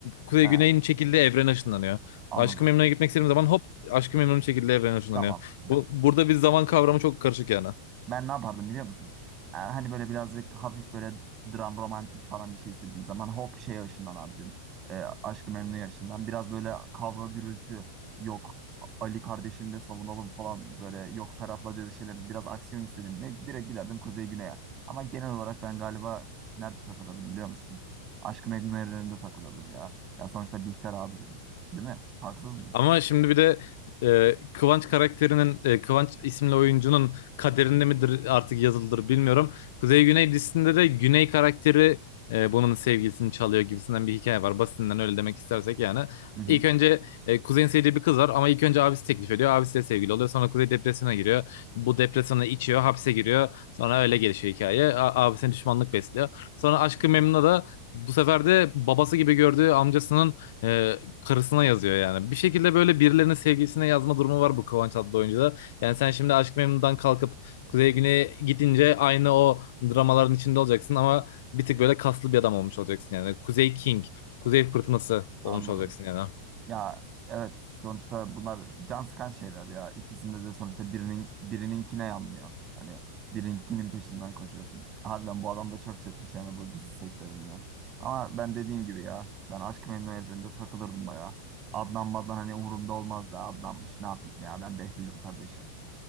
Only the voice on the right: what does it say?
Ha,
anladım.
Tamam. Be-
Ben ne yapardım biliyor musun? Ee, hani böyle birazcık hafif böyle dram romantik falan bir şey istediğin zaman hop şey ışından abicim. Ee, Aşk-ı Memnu ışından. Biraz böyle kavga gürültü yok. Ali kardeşimle savunalım falan böyle yok Ferhat'la dövüşelim. Biraz aksiyon istedim mi? Direkt giderdim Kuzey Güney'e. Ama genel olarak ben galiba nerede takılırdım biliyor musun? Aşk-ı Memnu evreninde takılırdım ya. Ya sonuçta Bihter abicim. Değil mi? Haksız mıyım?
Hı hı,
anladım.
Ya evet sonuçta bunlar can sıkan şeyler ya. İkisinde de sonuçta birinin birininkine yanlıyorsun. Hani birininkinin peşinden koşuyorsun. Harbiden bu adam da çok çekmiş yani bu dizi sektöründen. Ama ben dediğim gibi ya ben Aşk-ı Memnu evreninde takılırdım bayağı. Adnan maddan hani umurumda olmazdı. Adnanmış ne yapayım ya ben Behlül'üm kardeşim.